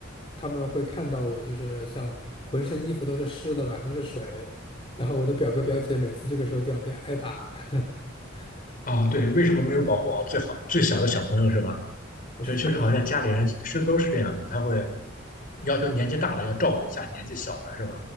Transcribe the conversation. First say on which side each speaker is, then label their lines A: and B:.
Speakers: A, on the left (about 30°); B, on the left (about 45°).
A: 他们会看到我就是像浑身衣服都是湿的吧，都是水。然后我的表哥表姐每次这个时候就要被挨打，<laughs>
B: 啊。对，为什么没有保护好最好最小的小朋友是吧？
A: 我是他们，
B: 所以确实好像家里人是都是这样的，他会要求年纪大的要照顾一下年纪小的是吧？